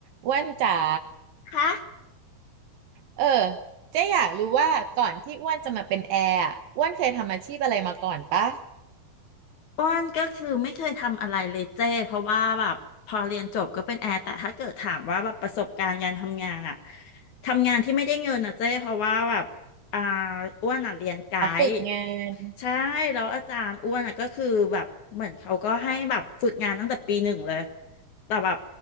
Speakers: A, on the right; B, on the left.
A: อ้วนจ๋า
B: คะ
A: เออเจ๊อยากรู้ว่าก่อนที่อ้วนจะมาเป็นแอร์อะอ้วนเคยทำอาชีพอะไรมาก่อนปะ
B: อ้วนก็คือไม่เคยทำอะไรเลยเจ้เพราะว่าแบบพอเรียนจบก็เป็นแอร์แต่ถ้าเกิดถามว่าแบบประสบการณ์การทำงานอะทำงานที่ไม่ได้เงินอะเจ้เพราะว่าแบบอ่าอ้วนอะเรียนไกด์
A: อ๋อฝึกงาน
B: ใช่แล้วอาจารย์อ้วนอ่ะก็คือแบบเหมือนเขาก็ให้แบบฝึกงานตั้งแต่ปีหนึ่งเลยแต่แบบ